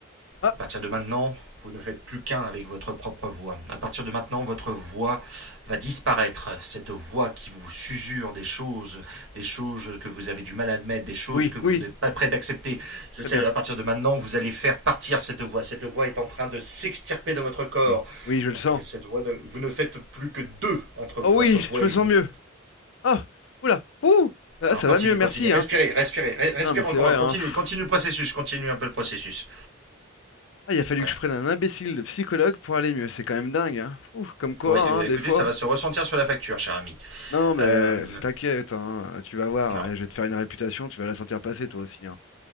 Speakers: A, on the left; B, on the right.
A: Ah,
B: À partir de maintenant, vous ne faites plus qu'un avec votre propre voix. À partir de maintenant, votre voix va disparaître. Cette voix qui vous susure des choses, des choses que vous avez du mal à admettre, des choses
A: oui,
B: que vous
A: oui.
B: n'êtes pas prêt d'accepter.
A: Très bien.
B: À partir de maintenant, vous allez faire partir cette voix. Cette voix est en train de s'extirper de votre corps.
A: Oui, oui, je le sens.
B: Et cette voix, ne- vous ne faites plus que deux entre
A: Oh
B: votre
A: oui,
B: voix
A: je
B: et
A: me sens
B: vous.
A: mieux. Oh, oula, ouh, ça,
B: Alors
A: ça
B: continue,
A: va mieux, merci,
B: continue. Respirez,
A: hein.
B: respirez, re- respirez
A: Non, mais c'est
B: encore.
A: vrai, hein.
B: Continue,
A: pfff.
B: continue le processus. Continue un peu le processus.
A: Ah, il a fallu
B: Voilà.
A: que je prenne un imbécile de psychologue pour aller mieux, c'est quand même dingue, hein. Ouh, comme quoi,
B: Oui,
A: hein,
B: euh,
A: des
B: écoutez,
A: fois.
B: ça va se ressentir sur la facture, cher ami.
A: Non, mais
B: Euh,
A: t'inquiète, hein, tu vas voir,
B: alors,
A: ouais, je vais te faire une réputation, tu vas la sentir passer toi aussi, hein.